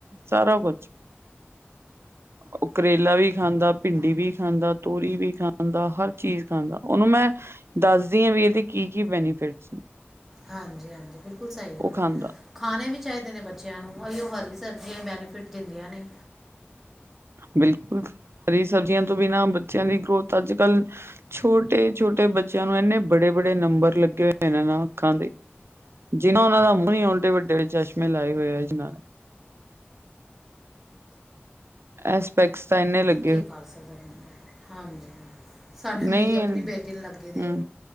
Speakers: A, on the right (about 75°); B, in the centre.
A: ਸਾਰਾ ਕੁਛ। ਉਹ ਕਰੇਲਾ ਵੀ ਖਾਂਦਾ ਭਿੰਡੀ ਵੀ ਖਾਂਦਾ ਤੋਰੀ ਵੀ ਖਾਂਦਾ ਹਰ ਚੀਜ਼ ਖਾਂਦਾ ਉਹਨੂੰ ਮੈਂ ਅ ਦੱਸਦੀ ਹਾਂ ਵੀ ਇਹਦੇ ਕੀ ਕੀ ਬੈਨੀਫਿਟਸ।
B: ਹਾਂਜੀ-ਹਾਂਜੀ ਬਿਲਕੁਲ ਸਹੀ
A: ਉਹ
B: ਗੱਲ
A: ਖਾਂਦਾ
B: ਹੈ ਅ। ਖਾਣੇ ਵੀ ਚਾਹੀਦੇ ਨੇ ਬੱਚਿਆਂ ਨੂੰ ਅ ਉਹ ਹਰੀ ਸਬਜ਼ੀਆਂ ਬੈਨੀਫਿਟ ਦਿੰਦੀਆਂ ਨੇ।
A: ਬਿਲਕੁਲ ਹਰੀ ਸਬਜ਼ੀਆਂ ਤੋਂ ਬਿਨਾਂ ਬੱਚਿਆਂ ਦੀ ਗਰੋਥ ਅੱਜ ਕੱਲ ਸ ਛੋਟੇ-ਛੋਟੇ ਬੱਚਿਆਂ ਨੂੰ ਇੰਨੇ ਬੜੇ-ਬੜੇ ਨੰਬਰ ਲੱਗੇ ਹੋਏ ਹਾਂ ਅੱਖਾਂ ਦੇ ਜਿਨਾ ਉਹਨਾਂ ਦਾ ਮੂੰਹ ਨੀ ਐਡੇ ਵੱਡੇ ਚਸ਼ਮੇ ਲਾਏ ਹੋਏ ਆ ਜਿਨ੍ਹਾਂ ਨੇ। ਐਸਪੈਕਸ ਤਾਂ ਏਨਾ ਲੱਗ
B: ਕੀ ਕਰ ਸਕਦਾ ਹਾਂਜੀ ਸਾਨੂੰ
A: ਨਹੀਂ
B: ਮੇਰੀ ਆਪਣੀ ਬੇਟੀ ਨੂੰ ਲੱਗੇ ਦੇ।
A: ਹੂੰ